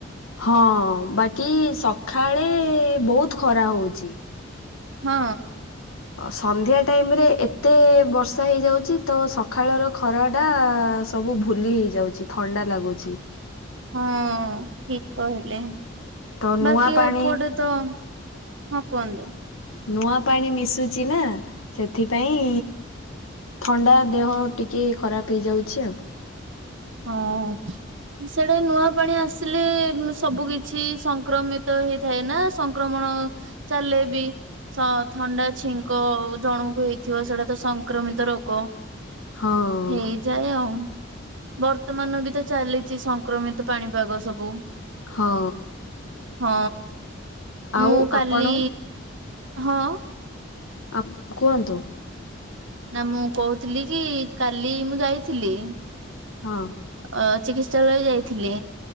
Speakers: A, on the left (about 90°); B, on the right (about 65°).
A: ହଁ ବାକି ସକାଳେ ବହୁତ ଖରା ହଉଚି।
B: ହଁ।
A: ସନ୍ଧ୍ୟା ଟାଇମ୍ ରେ ଏତେ ବର୍ଷା ହେଇଯାଉଚି ତ ସକାଳର ଖରାଟା ସ ବୁ ଭୁଲି ହେଇଯାଉଚି ଥଣ୍ଡା ଲାଗୁଚି।
B: ହଁ ଠିକ କହିଲେ।
A: ତ ନୂଆ
B: ବାକି
A: ପାଣି
B: ଏ ପଟେ ତ ହଁ କୁହନ୍ତୁ।
A: ନୂଆ ପାଣି ମିଶୁଚି ନା ସେଥିପାଇଁ ଥଣ୍ଡା ଦେହ ଟିକେ ଖରାପ ହେଇଯାଉଛି ଆଉ।
B: ହଁ ସେଟା ନୂଆ ପାଣି ଆସିଲେ ସବୁ କିଛି ସଂକ୍ରମି ତ ହେଇଥାଏ ନା ସଂକ୍ରମଣ ଚାଲେ ବି ସ ଥଣ୍ଡା ଛିଙ୍କ ଜଣଙ୍କୁ ହେଇଥିବ ସେଇଟା ତ ସଂକ୍ରମିତ ରୋଗ।
A: ଆଉ
B: ହେଇଯାଏ ଆଉ। ବର୍ତ୍ତମାନ ବି ତ ଚାଲିଛି ସଂକ୍ରମିତ ପାଣିପାଗ ସବୁ।
A: ହଁ।
B: ହଁ ମୁଁ
A: ଆଉ
B: କାଲି
A: ଆପଣ
B: ହଁ।
A: ଆ କୁହନ୍ତୁ।
B: ନା ମୁଁ କହୁଥିଲି କି କାଲି ମୁଁ ଯାଇଥିଲି।
A: ହଁ।
B: ଅ ଚିକିତ୍ସାଳୟ ଯାଇଥିଲେ